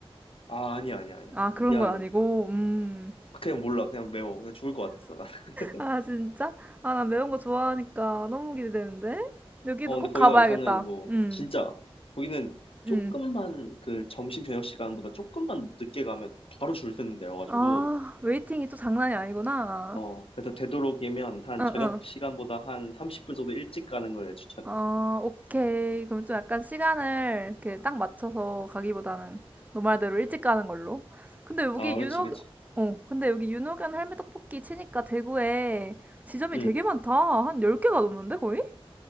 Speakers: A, on the left (about 65°); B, on the right (about 15°).
A: 아, 아니야 아니야 아니야.
B: 아,
A: 그냥
B: 그런 건 아니고, 음.
A: 그냥 몰라. 그냥 매워. 그냥 죽을 것 같았어. 나. <laughs>
B: 아, 진짜? 아, 난 매운 거 좋아하니까 너무 기대되는데? 여기도
A: 어, 근데
B: 꼭
A: 거기가
B: 가봐야겠다.
A: 우선은 뭐,
B: 음,
A: 진짜, 거기는 조금만
B: 음.
A: 그 점심 저녁 시간보다 조금만 늦게 가면 바로 줄 서는 데여가지고,
B: 아, 웨이팅이 또 장난이 아니구나.
A: 어, 그래서 되도록이면 한
B: 응,
A: 저녁
B: 응.
A: 시간보다 한 30분 정도 일찍 가는 걸 추천해.
B: 아, 오케이. 그럼 좀 약간 시간을 이렇게 딱 맞춰서 가기보다는 너 말대로 일찍 가는 걸로. 근데 여기
A: 아, 그치,
B: 윤호,
A: 그치.
B: 어, 근데 여기 윤호견 할매떡볶이 치니까 대구에 지점이
A: 응.
B: 되게 많다. 한 10개가 넘는데, 거의?